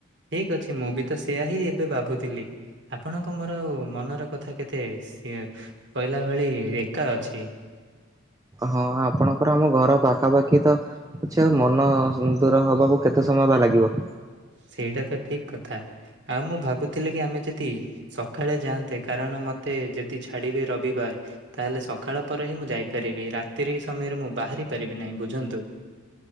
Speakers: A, on the right; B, on the right.
A: ଠିକ ଅଛି ମୁଁ ବି ତ ସେୟା ହିଁ ଏବେ ଭାବୁଥିଲି! ଆପଣଙ୍କ ମୋର ଆଉ ମନର କଥା କେତେ ସେଇଆ କହିଲା ଭଳି ଏକା ଅଛି।
B: ହଁ ଆପଣଙ୍କର ଆମ ଘର ପାଖାପାଖି ତ କିଛି ଆଉ ମନ ଦୂର ହବାକୁ କେତେ ସମୟ ବା ଲାଗିବ।
A: ସେଇଟା ତ ଠିକ କଥା ଆଉ ମୁଁ ଭାବୁଥିଲି କି ଆମେ ଯଦି ସକାଳେ ଯାଆନ୍ତେ କାରଣ ମତେ ଯଦି ଛାଡିବେ ରବିବାର ତାହେଲେ ସକାଳ ପରେ ହିଁ ମୁଁ ଯାଇପାରିବି, ରାତ୍ରି ସମୟରେ ମୁଁ ବାହାରି ପାରିବି ନାହିଁ ବୁଝନ୍ତୁ।